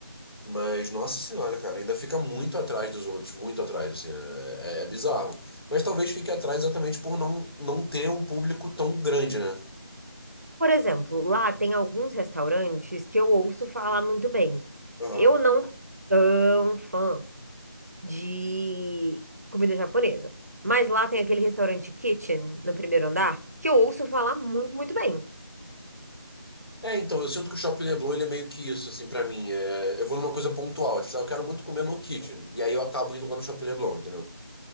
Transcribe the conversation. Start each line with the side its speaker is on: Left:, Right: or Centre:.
Left: Mas, nossa senhora, cara, ainda fica muito atrás dos outros, muito atrás, assim, é, é- é bizarro. Mas talvez fique atrás exatamente por não, não ter um público tão grande, né?
Right: Por exemplo, lá tem alguns restaurantes que eu ouço falar muito bem.
Left: Aham.
Right: Eu não sou tão fã de comida japonesa, mas lá tem aquele restaurante Kitchen no primeiro andar que eu ouço falar muito, muito bem.
Left: É, então, eu sinto que o Shopping Leblon ele é meio que isso, assim, pra mim. É, eu vou numa coisa pontual, tipo, "Ah, eu quero muito comer no Kitchen, e aí eu acabo indo lá no Shopping Leblon, entendeu?